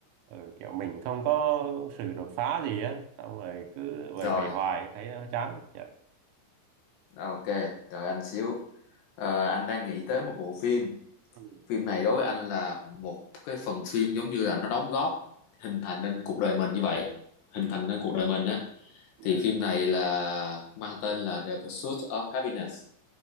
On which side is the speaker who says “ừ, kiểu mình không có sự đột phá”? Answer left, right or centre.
Right